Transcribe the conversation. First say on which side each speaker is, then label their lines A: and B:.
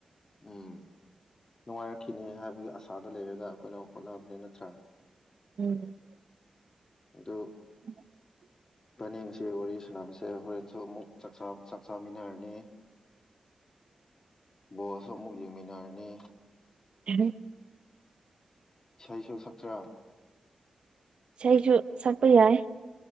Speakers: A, on the left; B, on the right.
A: ꯎꯝ ꯅꯨꯡꯉꯥꯏꯔꯛꯈꯤꯅꯤ ꯍꯥꯏꯕꯒꯤ ꯑꯁꯥꯗ ꯂꯩꯔꯒ ꯑꯩꯈꯣꯏꯅ ꯍꯣꯠꯅꯕꯅꯦ ꯅꯠꯇ꯭ꯔꯥ
B: ꯎꯝ
A: ꯑꯣ
B: ꯎꯝ
A: ꯐꯅꯦꯡꯁꯤ ꯋꯥꯔꯤ ꯁꯥꯟꯅꯕꯁꯦ ꯍꯣꯔꯦꯟꯁꯨ ꯑꯃꯨꯛ ꯆꯥꯛ ꯆꯃꯤꯟꯅꯔꯅꯤ ꯕꯣꯜꯁꯨ ꯑꯃꯨꯛ ꯌꯦꯡꯃꯤꯟꯅꯔꯅꯤ
B: ꯎꯝ
A: ꯏꯁꯩꯁꯨ ꯁꯛꯆꯔꯥ
B: ꯏꯁꯩꯁꯨ ꯁꯛꯄ ꯌꯥꯏ